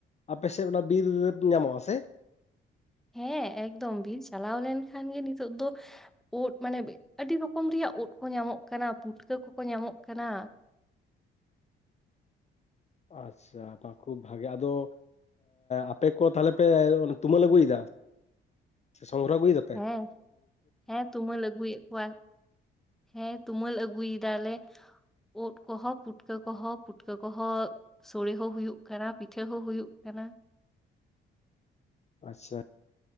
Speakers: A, on the left; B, in the centre.
A: ᱟᱯᱮᱥᱮᱫ ᱚᱱᱟ ᱵᱤᱨ ᱨᱮᱫ ᱧᱟᱢᱚᱜᱼᱟ ᱥᱮ
B: ᱦᱮᱸ ᱮᱠᱫᱚᱢ ᱵᱤᱨ ᱪᱟᱞᱟᱣ ᱞᱮᱱᱠᱷᱟᱱ ᱜᱮ ᱱᱤᱛᱚᱜ ᱫᱚ ᱩᱫ ᱢᱟᱱᱮ ᱟᱹᱰᱤ ᱨᱚᱠᱚᱢ ᱨᱮᱭᱟᱜ ᱩᱫ ᱠᱚ ᱧᱟᱢᱚᱜ ᱠᱟᱱᱟ ᱯᱩᱴᱠᱟᱹ ᱠᱚᱠᱚ ᱧᱟᱢᱚᱜ ᱠᱟᱱᱟ᱾
A: ᱟᱪᱪᱷᱟ ᱦᱚᱸ ᱠᱷᱩᱵᱽ ᱵᱷᱟᱜᱮ ᱟᱫᱚ ᱟᱯᱮ ᱠᱚ ᱛᱟᱦᱚᱞᱮ ᱯᱮ ᱛᱩᱢᱟᱹᱞ ᱟᱹᱜᱩᱭᱮᱫᱟ ᱥᱚᱝ ᱜᱨᱚᱦ <unintelligible> ᱜᱫᱟ
B: ᱦᱮᱸ ᱦᱮᱸ ᱛᱩᱢᱟᱹᱞ ᱟᱹᱜᱩᱭᱮᱫ ᱠᱚᱣᱟ ᱦᱮᱸ ᱛᱩᱢᱟᱹᱞ ᱟᱹᱜᱩᱭ ᱫᱟᱞᱮ ᱩᱫ ᱠᱚᱦᱚᱸ ᱯᱩᱴᱠᱟᱹ ᱠᱚᱦᱚᱸ ᱯᱩᱴᱠᱟᱹ ᱠᱚᱦᱚᱸ ᱥᱳᱲᱮ ᱦᱚᱸ ᱦᱩᱭᱩᱜ ᱠᱟᱱᱟ ᱯᱤᱴᱷᱟᱹ ᱦᱚᱸ ᱦᱩᱭᱩᱜ ᱠᱟᱱᱟ
A: ᱟᱪᱪᱷᱟ